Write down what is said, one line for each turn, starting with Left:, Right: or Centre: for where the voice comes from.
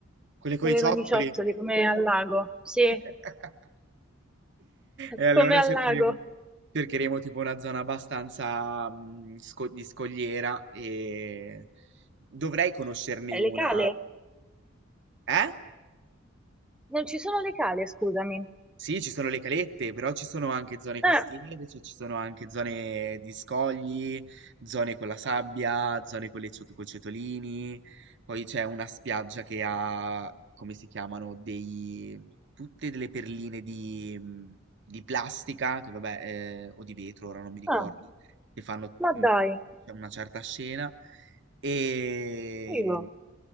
Right: Quelle con
Centre: quelli
Right: i ciottoli.
Centre: con i ciottoli come al lago, sì.
Right: <laughs> E allora
Centre: come al
Right: cercheremo,
Centre: lago.
Right: cercheremo tipo una zona abbastanza mm, sco- di scogliera e dovrei conoscerne
Centre: Eh,
Right: una.
Centre: le cale?
Right: Eh?
Centre: Non ci sono le cale, scusami.
Right: Sì, ci sono le calette, però ci sono anche zone costiere,
Centre: Ah,
Right: cioè ci sono anche zone di scogli, zone con la sabbia, zone con le ciot- coi ciotolini. Poi c'è una spiaggia che ha, come si chiamano, dei, tutte delle perline di, mm, di plastica, che vabbè, eh, o di vetro, ora non mi ricordo,
Centre: ah,
Right: che fanno,
Centre: Ma dai,
Right: mm, c'è una certa scena. E
Centre: figo.